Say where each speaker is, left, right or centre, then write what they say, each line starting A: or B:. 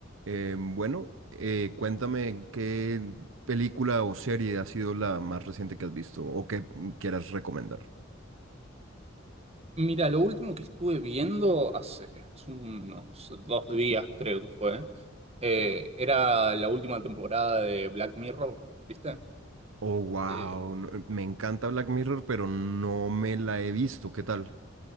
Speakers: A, on the right; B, on the right.
A: Eh, bueno, eh, cuéntame qué película o serie ha sido la más reciente que has visto o que mm, quieras recomendar.
B: Mira, lo último que estuve viendo hace hace unos dos días, creo que fue, eh, era la última temporada de Black Mirror, ¿viste?
A: Oh, wow,
B: Eh,
A: me encanta Black Mirror, pero no me la he visto. ¿Qué tal?